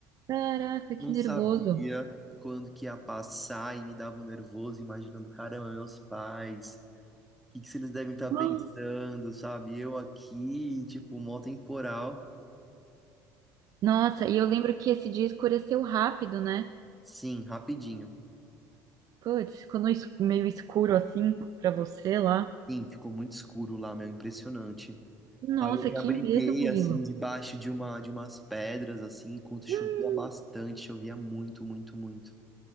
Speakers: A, on the right; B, in the centre.
A: Caraca, que
B: Não
A: nervoso.
B: sabia quando que ia passar e me dava um nervoso, imaginando, caramba, meus pais, o que que se eles devem estar
A: Ah,
B: pensando, sabe? Eu aqui, tipo, mó temporal.
A: Nossa, e eu lembro que esse dia escureceu rápido, né?
B: Sim, rapidinho.
A: Putz, ficou no es- meio escuro assim pra você lá.
B: Sim, ficou muito escuro lá, meu, impressionante.
A: Nossa,
B: Aí eu me
A: que
B: abriguei,
A: medo, Murilo.
B: assim, debaixo de uma, de umas pedras, assim, enquanto chovia
A: Hum,
B: bastante, chovia muito, muito, muito.